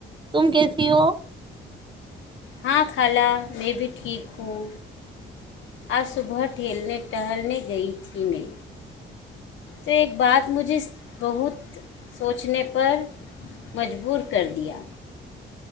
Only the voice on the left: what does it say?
ہاں خال میں بھی ٹھیک ہوں آج صبح ٹھیلنے ٹہلنے گئی تھی میں تو ایک بات مجھے بہت سوچنے پر مجبور کر دیا